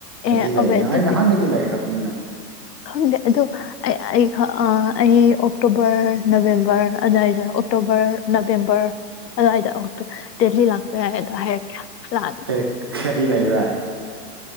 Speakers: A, on the right; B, on the left.
A: ꯗꯦꯜꯂꯤ
B: ꯑꯦ
A: ꯂꯩꯌꯦꯅ
B: ꯑꯕꯦ ꯑꯗꯨꯗꯤ
A: ꯑꯩ ꯅꯍꯥꯟꯗꯒꯤ ꯂꯩꯈ꯭ꯔꯕꯅꯤꯅ
B: ꯈꯪꯗꯦ ꯑꯗꯨ ꯑꯩ ꯑ ꯑꯩ ꯑꯣꯛꯇꯣꯕꯔ ꯅꯕꯦꯝꯕꯔ ꯑꯗꯨꯏꯗ ꯑꯣꯛꯇꯣꯕꯔ ꯅꯕꯦꯝꯕꯔ ꯑꯗꯨꯏꯗ ꯗꯦꯜꯂꯤ ꯂꯥꯛꯄ ꯌꯥꯏ ꯑꯗꯣ ꯍꯥꯏꯔꯛꯀꯦ ꯂꯥꯛꯑꯗꯤ
A: ꯀ ꯀꯔꯤ ꯂꯩꯕꯔꯥ